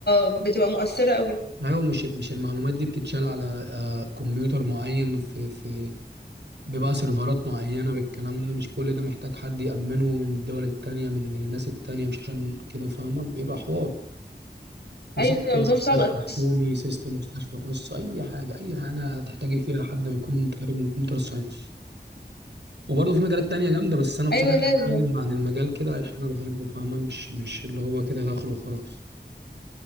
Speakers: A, on the left; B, on the right.
A: بتبقى مؤثره قوي
B: ايوه مش مش المعلومات دي بتتشال على آه، كمبيوتر معين في في بيبقى سيرفرات معينة بالكلام ده مش كل ده محتاج حد يأمنه من الدول التانية من من الناس التانية مش عشان كده فاهمة بيبقى حوار وسيستم
A: ايوه نظام
B: مستشفى
A: صعب اساسا
B: حكومي سيستم مستشفى خاص أي حاجة أي حاجة تحتاجي فيها حد يكون خارج من كمبيوتر ساينس وبرضه في مجالات تانية جامدة بس أنا بصراحة
A: ايوه لازم
B: بتكلم عن المجال كده عشان أنا بحبه فاهمة مش مش اللي هو كده داخله وخلاص